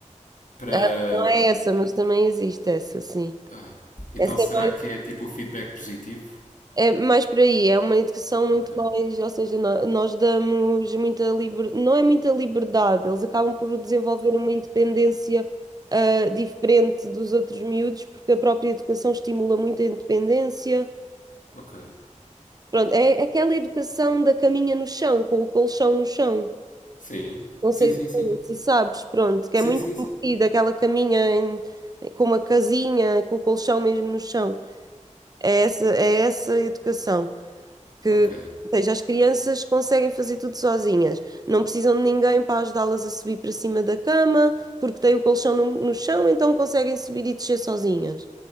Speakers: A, on the left; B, on the right.
A: para.
B: Ah, não é essa, mas também existe essa, sim.
A: Ah, então
B: Essa
A: será
B: é mais
A: que é tipo o feedback positivo?
B: É mais por aí, é uma educação muito
A: Ok,
B: mais, ou seja, nó- nós damos muita liberdade, não é muita liberdade, eles acabam por desenvolver uma independência eh, diferente dos outros miúdos, porque a própria educação estimula muito a independência.
A: ok.
B: Pronto, é aquela educação da caminha no chão, com o colchão no chão.
A: Sim,
B: Não
A: sim,
B: sei
A: sim,
B: se
A: sim.
B: se sabes, pronto, que
A: Sim,
B: é muito
A: sim,
B: conhecida,
A: sim.
B: aquela caminha em- com uma casinha, com o colchão mesmo no chão. É essa, é essa educação. que,
A: Ok.
B: ou seja, as crianças conseguem fazer tudo sozinhas, não precisam de ninguém para ajudá-las a subir para cima da cama, porque têm o colchão no, no chão, então conseguem subir e descer sozinhas.